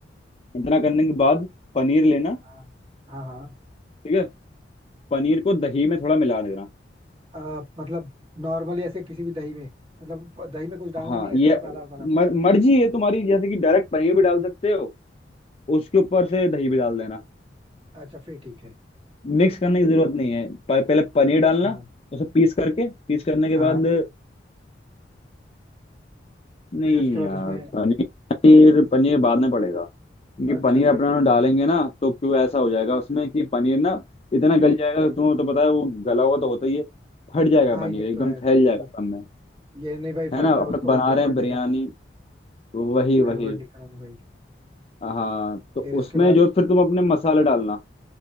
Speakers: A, on the left; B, on the right.
A: इतना करने के बाद पनीर लेना
B: हाँ हाँ हाँ
A: ठीक है पनीर को दही में थोड़ा मिला देना
B: अ, मतलब नॉर्मली ऐसे किसी भी दही में मतलब दही में कुछ डालना
A: हाँ
B: नहीं है, ऐसे
A: ये
B: मसाला वसाला कुछ
A: मर, मर्जी है तुम्हारी जैसे कि डायरेक्ट पनीर भी डाल सकते हो उसके ऊपर से दही भी डाल देना
B: अच्छा फिर ठीक है
A: मिक्स करने की जरूरत नहीं है प- पहले पनीर
B: अच्छा
A: डालना उसे पीस करके पीस करने के
B: हाँ
A: बाद नहीं
B: फिर उसके बाद
A: यार
B: उसमें
A: पनीर पनीर पनीर बाद में पड़ेगा क्योंकि
B: अच्छा
A: पनीर अपना
B: फिर
A: डालेंगे ना तो क्यों ऐसा हो जाएगा उसमें कि पनीर ना इतना गल जाएगा तो तुम्हें तो पता है वो गला हुआ तो होता ही है फट जाएगा
B: हाँ
A: पनीर
B: ये
A: एकदम
B: तो है
A: फैल
B: ये
A: जाएगा सब में
B: ये नहीं भाई
A: है
B: फटना
A: ना अपने
B: उसको
A: बना
B: गड़बड़
A: रहे हैं बिरयानी
B: नहीं करवाना है
A: वही वही
B: गड़बड़ नहीं कराना भाई
A: हाँ तो
B: फिर इसके
A: उसमें
B: बाद
A: जो फिर तुम अपने मसाले डालना